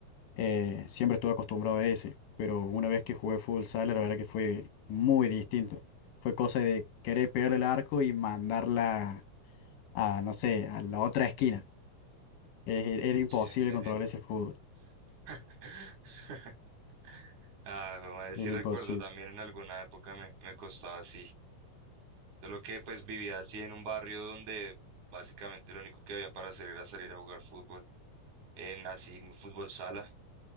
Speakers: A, on the left; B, on the right.
A: Eh, siempre estuve acostumbrado a ese, pero una vez que jugué fútbol sala, la verdad que fue muy distinto. Fue cosa de querer pegarle el arco y mandarla a, no sé, a la otra esquina. Eh, era imposible
B: Sí, sí,
A: controlar
B: sí.
A: ese fútbol.
B: <laughs> Ah, jue madre,
A: Era
B: sí recuerdo
A: imposible.
B: también en alguna época me, me costaba así. Solo que pues vivía así en un barrio donde básicamente lo único que había para hacer era salir a jugar fútbol. En así fútbol sala,